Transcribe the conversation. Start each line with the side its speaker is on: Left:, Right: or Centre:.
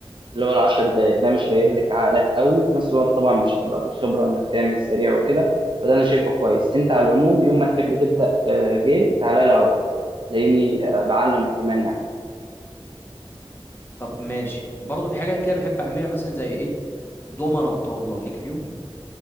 Right: اللي هو العشر دقايق ده مش هيهلك عقلك قوي وفي نفس الوقت طبعا مش هتبقى بالخبرة انك تعمل سريع وكده فده انا شايفه كويس انت على العموم يوم ما تحب تبدأ آه، جيم تعالى لي على طول تلاقيني آه، بعلمك كمان يعني
Left: طب ماشي برضه في حاجات كده بحب اعملها مثلا زي ايه دومنة وطاولة ليك فيهم